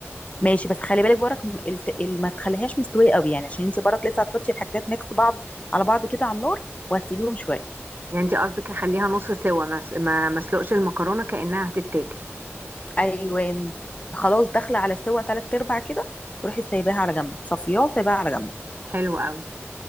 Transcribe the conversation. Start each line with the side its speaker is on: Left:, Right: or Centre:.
Left: ماشي بس خلي بالك برك م- الت- ال- ما تخليهاش مستويه قوي يعني عشان انت برك لسه هتحطي الحاجات ميكس بعض على بعض كده على النار وهتسيبيهم شويه
Right: يعني انت قصدك اخليها نص سوا ما س- ما ما اسلقش المكرونه كانها هتتاكل
Left: ايوه خلاص داخله على سوا تلات ارباع كده تروحي سايباها على جنب صفياه سايباها على جنب
Right: حلو قوي